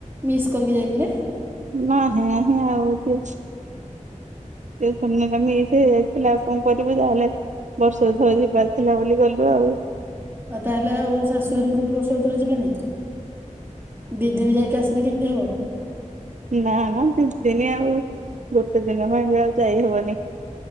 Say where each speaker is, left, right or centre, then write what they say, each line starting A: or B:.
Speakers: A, on the right (about 15°); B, on the right (about 65°).
A: ମିସ୍ କରିକି ଯାଇଥିଲେ
B: ନାହିଁ ନାହିଁ <inaudible> <inaudible> ସେ ଯାଇଥିଲା ଆଉ କଣ କରିବୁ ଯାହେଲେ ବର୍ଷ ବର୍ଷ ଯିବାର ଥିଲା ବୋଲି ଗଲୁ ଆଉ।
A: ଆଉ ତାହେଲେ ଆଉ ଶାଶୁ ଘର କିନ୍ତୁ ବର୍ଷ ଭିତରେ ଯିବେନି ଦି ଦିନ ଯାଇକି ଆସିଲେ କେମିତି ହବ। <inaudible>
B: ନା ନା ଦି ଦିନି ଆଉ ଗୋଟେ ଦିନ ମହଙ୍ଗଉ ଯାଇ ହବନି।